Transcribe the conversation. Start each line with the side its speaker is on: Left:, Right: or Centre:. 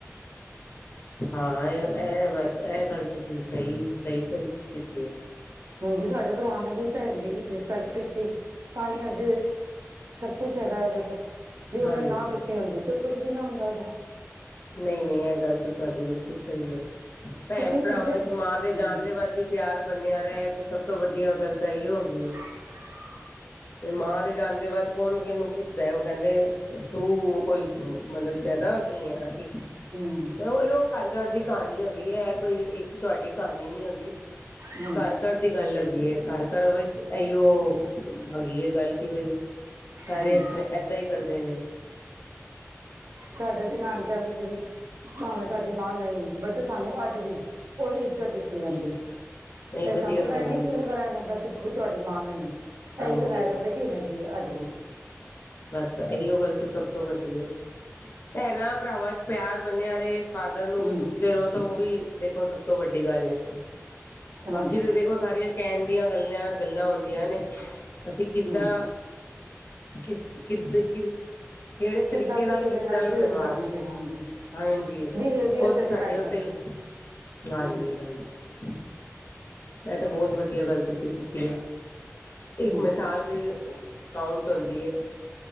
Left: ਹਾਂ ਇਹ-ਇਹ ਵਧ ਇਹ ਗੱਲ ਤੁਸੀਂ ਸਹੀ ਸਹੀ ਕੀਤੀ ਆ।
Right: ਹਾਂਜੀ, ਸਾਡੇ ਭਰਾ ਨੇ ਵੀ ਭੈਣ ਦੀ ਰਿਸਪੈਕਟ ਕੀਤੀ ਤਾਂ ਹੀ ਅੱਜ ਸਭ ਕੁਛ ਹੈਗਾ, ਉਹਦੇ ਕੋਲ ਜੇ
Left: ਹਾਂਜੀ
Right: ਉਹੇ ਨਾ ਕੀਤੀ ਹੁੰਦੀ, ਤੇ ਕੁਛ ਵੀ ਨਾ ਹੁੰਦਾ ਉਹਦੇ ਕੋਲ
Left: ਨਹੀਂ, ਨਹੀਂ ਇਹ ਗੱਲ ਤਾਂ ਤੁਹਾਡੀ ਬਿਲਕੁਲ ਸਹੀ ਹੈ। ਭੈਣ
Right: ਕਿਉਂਕਿ
Left: ਭਰਾਵਾਂ
Right: ਇੱਜ਼ਤ
Left: ਵਿੱਚ ਮਾਂ ਦੇ
Right: ਹਮ
Left: ਜਾਣ ਦੇ ਬਾਅਦ ਵੀ ਪਿਆਰ ਬਣਿਆ, ਰਿਹਾ ਸਭ ਤੋਂ ਵੱਡੀਆ ਗੱਲ ਤਾਂ ਐਈਓ ਹੁੰਦੀ ਐ।
Right: <unintelligible>
Left: ਤੇ ਮਾਂ ਦੇ ਜਾਣ ਦੇ ਬਾਅਦ, ਕੌਣ ਕਿਹਨੂੰ ਪੁੱਛਦਾ, ਉਹ ਕਹਿੰਦੇ ਤੂੰ ਕੋਈ ਮਤਲਬ ਜਿਆਦਾ ਕੀ ਹੈ ਅਸੀਂ
Right: ਹਮ
Left: ਉ ਉਹ ਘਰ ਘਰ ਦੀ ਕਹਾਣੀ ਹੋ ਗਈ ਹੈ ਇਹ ਕੋਈ ਇੱਕ ਤੁਹਾਡੀ ਕਹਾਣੀ ਨੀ ਹੈਗੀ
Right: ਹਾਂਜੀ
Left: ਘਰ ਘਰ। ਦੀ ਗੱਲ ਹੈਗੀ ਹੈ ਘਰ ਘਰ ਵਿੱਚ ਇਹੀਓ ਹੈਗੀ ਹੈ ਗੱਲ ਕਿ ਬਈ। ਸਾਰੇ
Right: ਹਾਂਜੀ
Left: ਇਸ ਤਰਾਂ ਏਦਾਂ ਹੀ ਕਰਦੇ ਨੇ।
Right: ਸਾਡੇ ਵੀ ਨਾਨਕਿਆਂ ਵਿੱਚ ਦੀ। ਭਾਵੇਂ ਸਾਡੀ ਮਾਂ ਨਹੀਂ ਹੈ ਬਟ ਸਾਨੂੰ ਅੱਜ ਵੀ ਉਹੀ ਇੱਜ਼ਤ ਦਿੱਤੀ ਜਾਂਦੀ ਹੈ।
Left: ਨਹੀਂ
Right: ਤੇ
Left: ਵਧੀਆ
Right: ਸਾਨੂੰ
Left: ਗੱਲ
Right: ਇਹ ਨੀ
Left: ਹੈ ਵਧੀਆ
Right: ਫੀਲ ਕਰਾਇਆ ਜਾਂਦਾ ਕਿ। ਬਈ ਤੁਹਾਡੀ ਮਾਂ ਨਹੀਂ ਹੈ
Left: ਹਾਂਜੀ
Right: ਇਹੀ ਕਰਵਾਇਆ ਜਾਂਦਾ ਕਿ ਹੈਗੀ ਹੈ ਅੱਜ ਵੀ।
Left: ਬਸ ਤਾਂ ਇਹੀਓ ਗੱਲ ਤਾਂ ਸਭ ਤੋਂ ਵੱਡੀ ਹੈ, ਭੈਣਾਂ ਭਰਾਵਾਂ ਚ ਪਿਆਰ ਬਣਿਆ ਰਹੇ। ਫਾਦਰ ਨੂੰ
Right: ਹਾਂਜੀ
Left: ਵੀ ਪੁੱਛਦੇ ਰਹੋ ਤਾਂ ਉਹ ਵੀ ਦੇਖੋ ਸਭ ਤੋਂ ਵੱਡੀ ਗੱਲ ਹੈ।
Right: ਹਾਂਜੀ
Left: ਬਾਕੀ ਤੇ ਦੇਖੋ ਸਾਰੀਆਂ ਕਹਿਣ ਦੀਆਂ ਗੱਲ, ਗੱਲਾਂ ਹੁੰਦੀਆਂ ਨੇ ਅਸੀਂ ਕਿੱਦਾਂ।
Right: ਹਮ
Left: ਕਿਸ ਕਿੱਦ ਕਿਦ ਕਿਹੜੇ
Right: ਕਿੱਦਾਂ
Left: ਤਰੀਕੇ
Right: ਕਿਸੇ
Left: ਨਾਲ ਕਿਸ
Right: ਦੇ
Left: ਨਾਲ
Right: ਟਰੀਟ
Left: ਵਿਵਹਾਰ
Right: ਕਰਨਾ
Left: ਹੈ।
Right: ਚਾਹੀਦਾ ਹਾਂਜੀ
Left: ਹਾਂਜੀ,
Right: ਬਿਹੇਵੀਅਰ
Left: ਉਹ ਤਾਂ
Right: ਤੇ ਡਿਪੈਂਡ
Left: ਸਾਡੇ ਉੱਤੇ
Right: ਕਰਦਾ
Left: ਹੀ,
Right: ਹੂੰ
Left: ਹਾਂਜੀ ਹਾਂਜੀ। ਇਹ ਤਾਂ ਬਹੁਤ ਵਧੀਆ ਗੱਲ ਤੁਸੀਂ ਕੀਤੀ ਹੈ।
Right: ਹੂੰ
Left: ਇੱਕ ਮਿਸਾਲ ਵੀ ਕਾਂਉਟ ਹੁੰਦੀ ਹੈ।